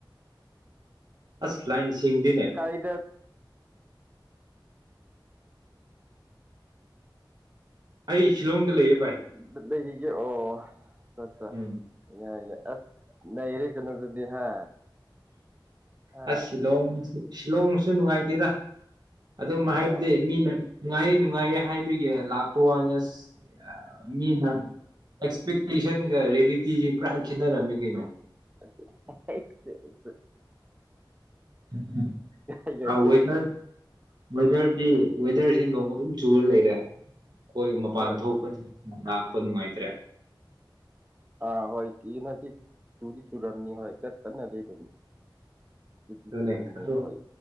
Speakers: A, on the right (about 55°); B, on the right (about 20°).
A: ꯑꯁ ꯂꯥꯏꯟ ꯁꯦꯡꯗꯦꯅꯦ
B: ꯀꯥꯏꯗ
A: ꯑꯩ ꯁꯤꯂꯣꯡꯗ ꯂꯩꯌꯦ ꯚꯥꯏ
B: <unintelligible> ꯂꯩꯔꯤꯒꯦ ꯑꯣ ꯆꯠꯆ
A: ꯎꯝ
B: ꯌꯥ ꯌꯥ ꯑꯁ ꯅꯩꯔꯦ ꯀꯩꯅꯣ ꯑꯗꯨꯗꯤ ꯍꯥ ꯍꯥ
A: ꯑꯁ ꯁꯤꯂꯣꯡ ꯁꯤꯂꯣꯡꯁꯨ ꯅꯨꯡꯉꯥꯏꯇꯦꯗ ꯑꯗꯨꯝ
B: ꯑꯥ
A: ꯍꯥꯏꯕꯗꯤ ꯃꯤꯅ ꯅꯨꯡꯉꯥꯏꯌꯦ ꯅꯨꯡꯉꯥꯏꯌꯦ ꯍꯥꯏꯕ <unintelligible> ꯂꯥꯛꯄꯨꯋꯥꯅꯤ ꯑꯁ ꯑꯁ ꯌꯥꯝ ꯃꯤꯅ ꯑꯦꯛꯁꯄꯤꯠ ꯄꯔꯤꯁꯟ ꯔꯦꯜꯂꯤꯇꯤꯒꯤ ꯀꯔꯥꯡ ꯈꯦꯠꯅꯔꯝꯃꯦ ꯀꯩꯅꯣ
B: <unintelligible>
A: <inaudible>
B: ꯌꯥꯏ ꯌꯥꯏ
A: ꯑ
B: ꯌꯥꯏ
A: ꯋꯦꯗꯔ ꯋꯦꯗꯔꯗꯤ ꯋꯦꯗꯔꯁꯦ ꯅꯣꯡ ꯑꯗꯨꯝ ꯆꯨꯔ ꯂꯩꯔꯦ ꯑꯈꯣꯏ
B: ꯎꯝ
A: ꯃꯄꯥꯟ
B: ꯍꯣꯏ
A: ꯊꯣꯛꯄ ꯂꯥꯛꯄ ꯅꯨꯡꯉꯥꯏꯇ꯭ꯔꯦ <inaudible>
B: ꯑꯥ ꯍꯣꯏ <unintelligible> ꯆꯨꯗꯤ ꯆꯨꯨꯔꯝꯅꯤ ꯍꯣꯏ ꯀꯟꯅꯗꯤ ꯑꯗꯨꯝ ꯆꯨꯗꯤ
A: ꯑꯗꯨꯅꯦ
B: ꯆꯨꯔꯝꯅꯤ
A: ꯑꯗꯨ
B: ꯍꯣꯏ